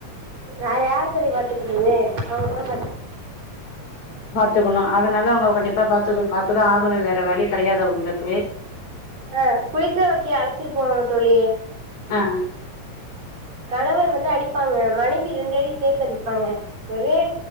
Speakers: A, on the right; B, on the left.
A: வேற யாரு தோழி பாத்துக்குறது அவ்ங்கதா பாத்துக்
B: த்துக்கணு அதனால அவ்ங்க கண்டிப்பா பாத்தது பாத்துதா ஆகனு வேற வழி கெடையாது அவ்ங்களுக்கு
A: அஹ் குளிக்க வக்கெ அழச்சிட்டு போவே தோழி
B: அ
A: கணவர் வந்து அடிப்பாங்க மனைவி ரெண்டடி சேர்த்து அடிப்பாங்க ஒரே